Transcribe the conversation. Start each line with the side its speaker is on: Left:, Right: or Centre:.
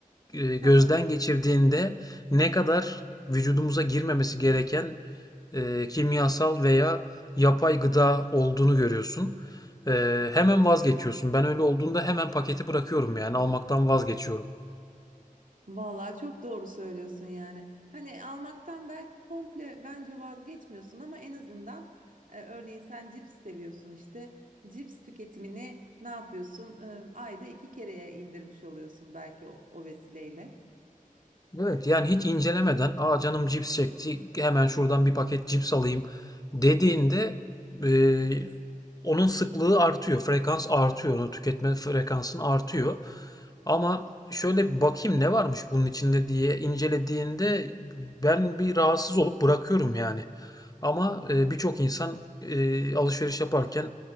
Left: e, gözden
Right: <laughs>
Left: geçirdiğinde ne kadar vücudumuza girmemesi gereken e, kimyasal veya yapay gıda olduğunu görüyorsun. E, hemen vazgeçiyorsun. Ben öyle olduğunda hemen paketi bırakıyorum yani almaktan vazgeçiyorum.
Right: Vallahi çok doğru söylüyorsun yani. Hani almaktan belki komple bence vazgeçmiyorsun ama en azından e, örneğin sen cips seviyorsun işte. Cips tüketimini ne yapıyorsun? E, ayda iki kereye indirmiş oluyorsun belki o, o vesileyle.
Left: Evet yani hiç incelemeden aa canım cips çekti hemen şuradan bir paket cips alayım dediğinde eee, onun sıklığı artıyor. Frekans artıyor. Onu tüketme frekansın artıyor. Ama şöyle bir bakayım ne varmış bunun içinde diye incelediğinde ben bir rahatsız olup bırakıyorum yani. Ama e, birçok insan e, alışveriş yaparken